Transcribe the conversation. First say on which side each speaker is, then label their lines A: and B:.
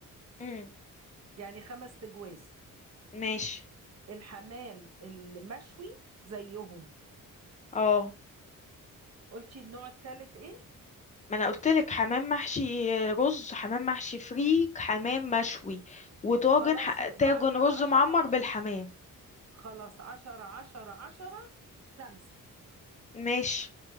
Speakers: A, on the left; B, on the right.
A: امم
B: يعني خمس تجواز
A: ماشي
B: الحمام المشوي زيهم
A: اه
B: قلتي النوع التالت ايه
A: ما انا قلت لك حمام محشي رز حمام محشي فريك حمام مشوي وطاجن
B: خلاص
A: ح-
B: يبقى
A: طاجن
B: عشرة
A: رز
B: عشرة
A: معمر
B: عشرة
A: بالحمام
B: خلاص عشرة عشرة عشرة خمسة
A: ماشي